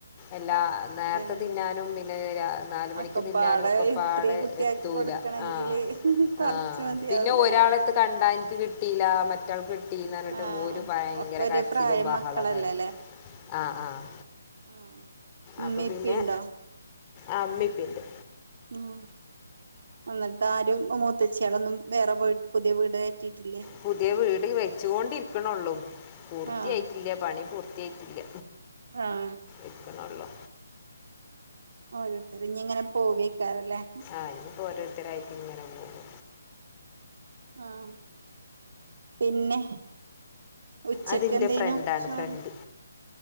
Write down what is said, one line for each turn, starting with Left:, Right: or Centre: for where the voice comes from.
Left: എല്ലാ നേരത്തെ
Right: അതന്നെ
Left: തിന്നാനും പിന്നെ നാലുമണിക്ക്
Right: അക്കപ്പാടെ
Left: തിന്നാനും ഒക്കപ്പാടെ
Right: ഇത്രീ കുട്ടിയാക്ക്
Left: എത്തൂല
Right: കൊടുക്കണെങ്കില്
Left: ആഹ്
Right: കൊറച്ച്
Left: ആഹ്
Right: മതിയാവൂലല്ലോ
Left: പിന്നെ ഒരാള കണ്ട എനക്ക് കിട്ടീല്ല മറ്റ റ്റാൾ കിട്ടീന്ന് പറഞ്ഞിട്ട്
Right: ആഹ്
Left: ഓര് ഭയങ്കര
Right: ഒക്കെ ഒരേ
Left: കരച്ചിലും
Right: പ്രായം
Left: ബഹളക്കാരം
Right: മക്കളല്ലേല്ലേ
Left: ആഹ് ആഹ്
Right: ആഹ് ഉമ്മീം
Left: അപ്പം പിന്നെ
Right: ഇപ്പീണ്ടോ
Left: ആഹ് മ്മീം പ്പീ ഉണ്ട്
Right: ഉം എന്നിട്ട് ആരും മൂത്തച്ച്ചികളൊന്നും വേറെ പോയിട്ട് പുതിയ വീട് കയറ്റിയിട്ടില്ലേ
Left: പുതിയ വീട് വെച്ചുകൊണ്ടിരിക്കണള്ളൂ പൂർത്തിയായിട്ടില്ല
Right: ആഹ്
Left: പണി പൂർത്തിയായിട്ടില്ല
Right: ആഹ്
Left: ഇട്ക്ക്ണോള്ളൂ
Right: ഓരോരുത്തര് ഇങ്ങനെ പോവക്കാറല്ലേ
Left: ആഹ് ഇനിയിപ്പോ ഓരോരുത്തരായിട്ട് ഇങ്ങനെ പോവും
Right: ആഹ് പിന്നെ ഉച്ചക്ക്
Left: അതെൻ്റെ
Right: എന്തേനോ
Left: ഫ്രണ്ടാണ്
Right: ചോറ്
Left: ഫ്രണ്ട്